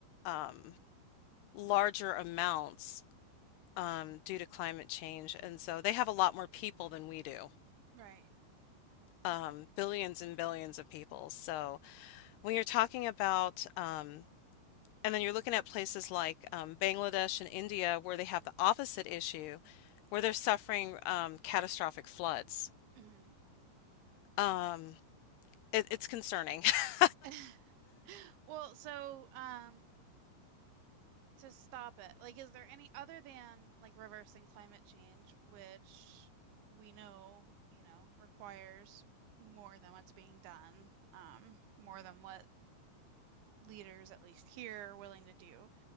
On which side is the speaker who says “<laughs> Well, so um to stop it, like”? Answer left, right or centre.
Right